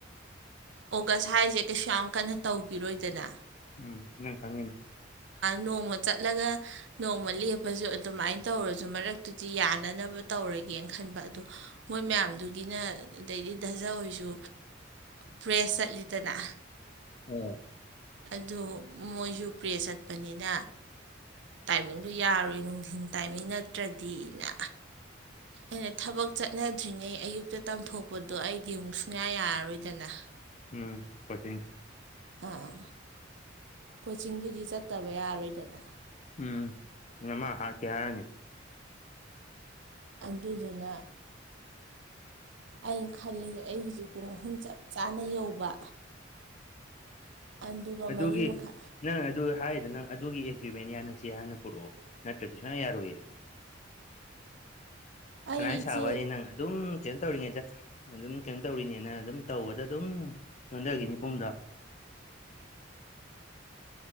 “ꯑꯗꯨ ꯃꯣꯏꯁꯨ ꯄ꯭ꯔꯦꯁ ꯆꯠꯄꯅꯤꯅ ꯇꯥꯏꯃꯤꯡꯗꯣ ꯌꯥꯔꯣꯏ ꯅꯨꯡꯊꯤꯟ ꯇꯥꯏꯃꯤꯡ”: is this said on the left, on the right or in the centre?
Right